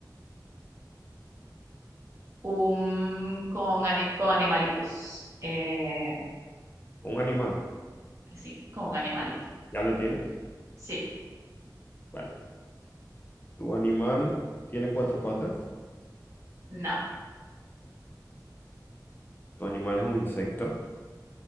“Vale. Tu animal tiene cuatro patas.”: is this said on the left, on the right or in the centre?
Left